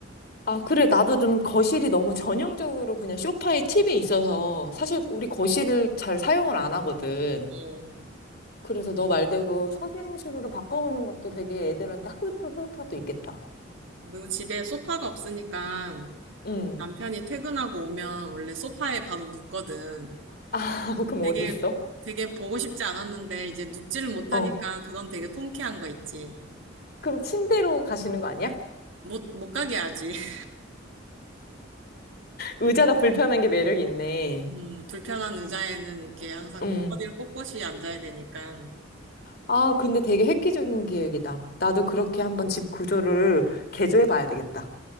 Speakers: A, on the left; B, on the right.
A: 아, 그래. 나도 좀 거실이 너무 전형적으로 그냥 소파에 팁이 있어서 사실 우리 거실을 잘 사용을 안 하거든.
B: 어.
A: 그래서 너 말대로 서재형식으로 바꿔보는 것도 되게 애들한테 학교 효과가 또 있겠다.
B: 그리고 집에 소파가 없으니까
A: 응.
B: 남편이 퇴근하고 오면 원래 소파에 바로 눕거든.
A: <laughs> 그럼
B: 되게,
A: 어디 있어?
B: 되게 보고 싶지 않았는데 이제 눕지를 못하니까
A: 어.
B: 그건 되게 통쾌한 거 있지.
A: 그럼 침대로 가시는 거 아니야?
B: 못, 못 가게 하지. <laughs>
A: 의자가 불편한 게 매력이 있네.
B: 음, 불편한 의자에는 이렇게 항상
A: 응.
B: 또 허리를 꼿꼿이 앉아야 되니까.
A: 아, 근데 되게 획기적인 기획이다. 나도 그렇게 한번 집 구조를
B: 음,
A: 개조해 봐야 되겠다.